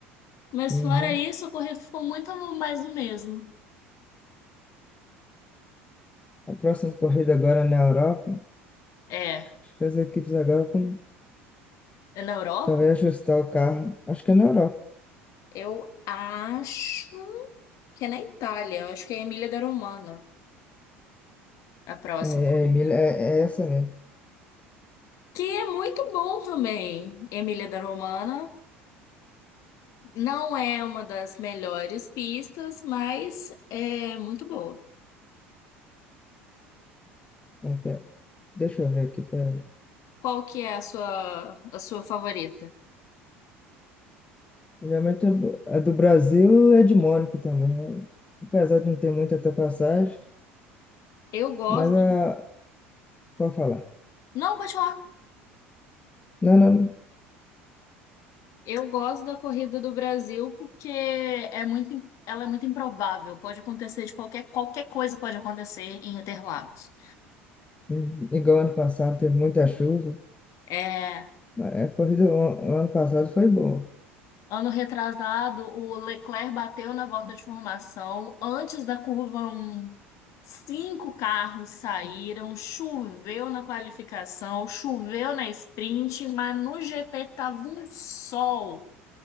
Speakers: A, on the left; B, on the left.
A: Mas
B: Uhum.
A: fora isso, o corrido ficou muito mais do mesmo.
B: A próxima corrida agora é na Europa.
A: É.
B: Acho que as equipes agora vão
A: É na Europa?
B: talvez ajustar o carro. Acho que é na Europa.
A: Eu acho que é na Itália, eu acho que é Emília da Romana. A próxima
B: É, é,
A: corrida.
B: é, Emília- é, é essa mesmo.
A: Que é muito bom também, Emília da Romana. Não é uma das melhores pistas, mas é muito boa.
B: É, pe- deixa eu ver aqui, peraí.
A: Qual que é a sua, a sua favorita?
B: Geralmente a do Brasil é de Mônaco também, né? Apesar de não ter muita ultrapassagem,
A: Eu gosto.
B: mas a, Pode falar.
A: Não, pode falar.
B: Não, não, não.
A: Eu gosto da corrida do Brasil porque é muito, im- ela é muito improvável. Pode acontecer de qualquer, qualquer coisa pode acontecer em Interlagos.
B: Hum, Igual ano passado teve muita chuva.
A: É,
B: A corrida o o ano passado foi boa.
A: ano retrasado, o Leclerc bateu na volta de formação antes da curva um. Cinco carros saíram, choveu na qualificação, choveu na sprint, mas no GP tava um sol.